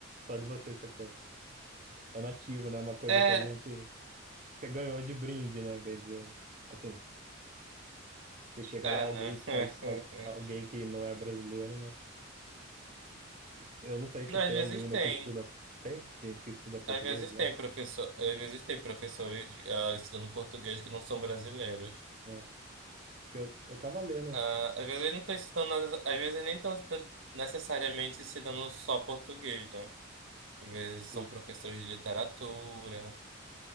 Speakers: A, on the right; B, on the right.
A: Só de você ser, pô, é nativo, né? Uma coisa
B: É,
A: que a gente. Você ganhou de brinde, né? Bem dizendo. Assim, você chega
B: é,
A: lá, alguém,
B: né? <laughs>
A: al, al- alguém que não é brasileiro, né? Eu não sei se
B: Não,
A: tem
B: às vezes
A: alguém ainda
B: tem.
A: que estuda. Tem gente que estuda português
B: Às vezes
A: lá?
B: tem professor, às vezes tem professores ah, ensinando português que não são brasileiros.
A: Ah, porque eu, eu tava lendo.
B: Ah, às vezes não estão ensinando, nada- às vezes nem estão necessariamente ensinando só português, né? Às vezes
A: Sim,
B: são professores de literatura,